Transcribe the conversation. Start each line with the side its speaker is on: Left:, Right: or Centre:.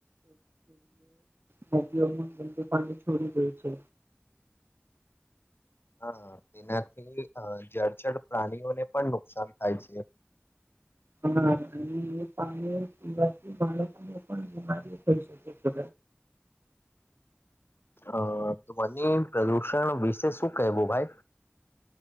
Right: બંદુ ખડ છડી ગઈ છે
Left: હા તેનાથી જળ જર પ્રાણીઓને પણ નુકસાન થાય છે
Right: હા અને એ પાણી પીવાથી બાળકોને પણ બીમારી થઈ શકે છે
Left: અ ધ્વનીિ પ્રદુષણ વિશે શું કહેવું ભાઈ